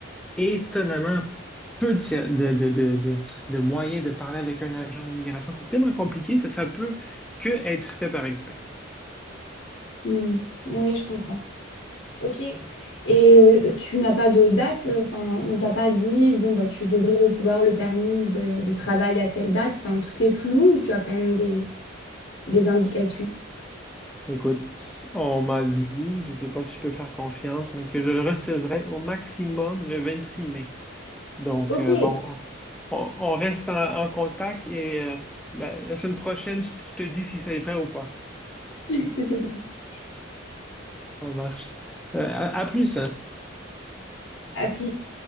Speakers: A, in the centre; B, on the left (about 65°).
A: étonnamment peu de, de, de, de, de- de moyens de parler avec un agent d'immigration. C'est tellement compliqué, ça, ça peut que être fait par exprès.
B: Hmm, Oui, je comprends. Ok. Et euh, tu n'as pas de date, enfin, on t'a pas dit, bon, bah, tu devrais recevoir le permis de, de travail à telle date, enfin, tout est flou ou tu as quand même des, des indications?
A: Écoute, on m'a dit, je ne sais pas si je peux faire confiance, mais que je le recevrai au maximum le 26 mai. Donc,
B: Ok.
A: euh, bon, on, on reste en, en contact et euh, la, la semaine prochaine, je te je te dis si c'est vrai ou pas.
B: <laughs>
A: Ça marche. Euh, à, à plus, hein.
B: applique